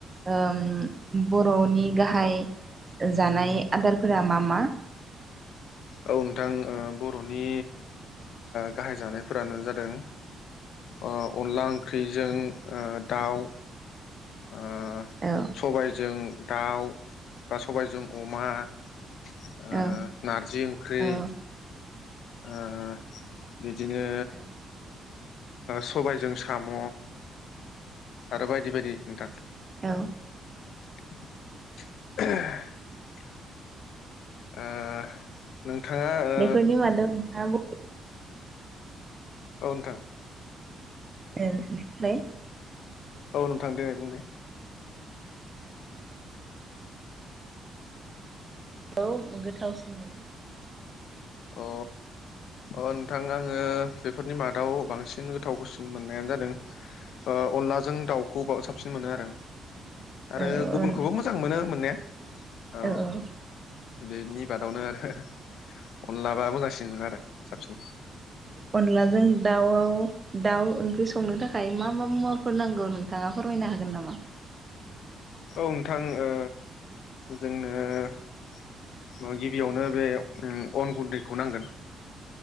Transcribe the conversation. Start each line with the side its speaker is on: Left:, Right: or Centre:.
Right: ओ बर'नि गाहाय जानाय आदारफोरा मा मा?
Left: औ नोंथां ओ बर'नि गाहाय जानायफोरानो जादों ओ अनला ओंख्रिजों ओ दाउ ओ
Right: औ
Left: सबायजों दाउ बा सबायजों अमा ओ
Right: औ
Left: नारजि ओंख्रि
Right: औ
Left: ओ बिदिनो
Right: औ
Left: सबायजों साम' आरो बायदि बायदि नोंथां।
Right: औ
Left: <inaudible> ओ नोंथाङा ओ
Right: बेफोरनि मादाव नोंथाङा बबे
Left: औ नोंथां
Right: बेनिफ्राय
Left: औ नोंथां देनाय बुंनाय
Right: औ गोथावसिन मोनो?
Left: अ अ नोंथां आङो बेफोरनि मादाव बांसिन गोथाव ्सिन मोननायानो जादों अनलाजों दाउखौ साबसिन मोनो आरो। आरो
Right: औ
Left: गुबुनखौबो मोजां मोनो मोननाया। अ
Right: औ औ
Left: बेनि बादावनो आरो अनलाबाबो मोजांसिन मोनो आरो साबसिन
Right: अनलाजों दाउवाव दाउ ओंख्रि संनो थाखाय मा मा मुवाफोर नांगौ नोंथाङा फोरमायनो हागोन नामा?
Left: औ नोंथां ओ जोंनो गिबियावनो बे अन गुन्दैखौ नांगोन।